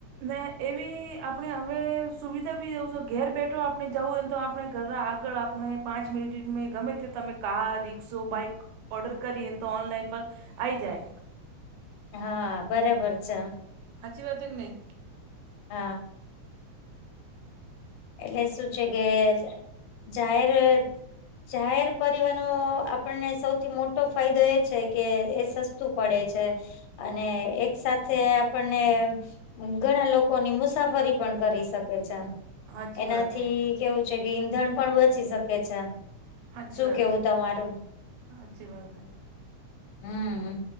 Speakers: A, on the right; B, on the left.
A: ને એવી આપણે હવે સુવિધા બી દેવ છે ઘેર બેઠો આપણે જવું હોય ને તો આપણે ઘરના આગળ આપણે પાંચ મિનિટ મે ગમે તે તમે કાર રિક્ષો બાઈક ઓર્ડર કરીએને તો ઓનલાઈન પર આવી જાય
B: હા બરાબર છે
A: સાચી વાત હે કે નહીં
B: હા એટલે શું છે કે જાહેર જાહેર પરીવનો આપણને સૌથી મોટો ફાયદો એ છે કે એ સસ તુ પડે છે અને એક સાથે આપને ઘણા લોકોની મુસાફરી પણ કરી શકે છે.
A: સાચી
B: એનાથી
A: વાત હે.
B: કેવું છે કે ઈંધણ પણ બચી શકે છે.
A: હાછી
B: શું
A: વાત
B: કેવું
A: હે
B: તમારું?
A: હાછી વાત હે.
B: હમ